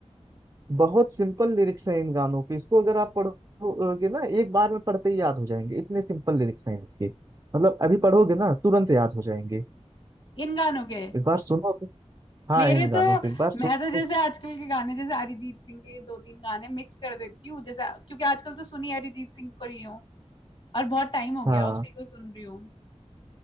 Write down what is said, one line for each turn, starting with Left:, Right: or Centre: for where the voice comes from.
Right: बहुत सिंपल लिरिक्स हैं इन गानों के इसको अगर आप पढ़ोगे ना एक बार में पढ़ते ही याद हो जाएंगे इतने सिंपल लिरिक्स हैं इसके मतलब अभी पढ़ोगे ना तुरंत याद हो जाएंगे
Left: इन गानों के
Right: एक बार सुनो तो हाँ
Left: मेरे
Right: इन गानों
Left: तो
Right: के एक बार सुनो
Left: मैं तो
Right: तो
Left: जैसे आजकल के गाने जैसे अरिजीत सिंह के दो तीन गाने मिक्स कर देती हूँ जैसे क्योंकि आजकल तो सुनी अरिजीत सिंह को रही हूँ और बहुत टाइम हो
Right: हाँ
Left: गया उसी को सुन रही हूँ